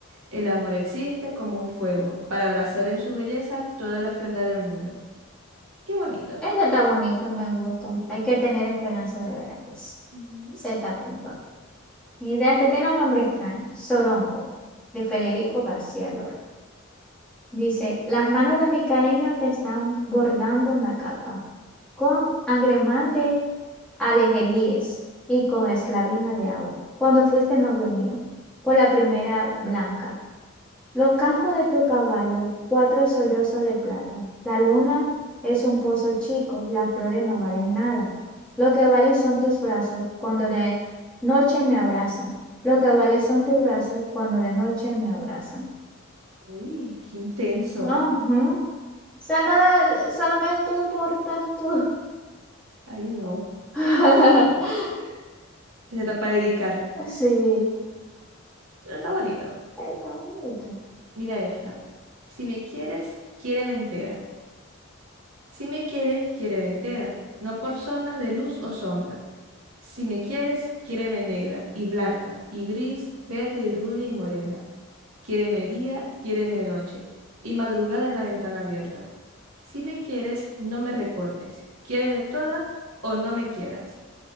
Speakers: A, on the right; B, in the centre.
A: El amor existe como un fuego, para abrazar en su belleza toda la fealdad del mundo. Qué bonito.
B: esa está bonita, me gusta.
A: Sí.
B: Hay que tener esperanza de ver que sí.
A: Ujú.
B: Se está apuntando. Mira, este tiene un nombre extraño, Soronco, de Federico García Lorca. Dice, las manos de mi cariño te están bordando una capa con agremán de alejelíes y con esclavina de agua. Cuando fuiste novio mío, por la primera blanca. Los cascos de tu caballo, cuatro sollozos de plata. La luna es un pozo chico, las flores no valen nada. Lo que valen son tus brazos cuando de noche me abrazan. Lo que valen son tus brazos cuando de noche me abrazan.
A: Uy, qué intenso.
B: Ajá. O sea, nada, solamente importas tú.
A: Ay, no.
B: <laughs>
A: <laughs> Esa está para dedicar.
B: Sí,
A: Pero está bonito.
B: está bonito.
A: Mira esta. Si me quieres, quiéreme entera. Si me quieres, quiéreme entera. No por zonas de luz o sombra. Si me quieres, quiéreme negra y blanca y gris, verde y rubia y morena. Quiéreme día, quiéreme noche, y madrugada en la ventana abierta. Si me quieres, no me recortes. Quiéreme toda o no me quieras.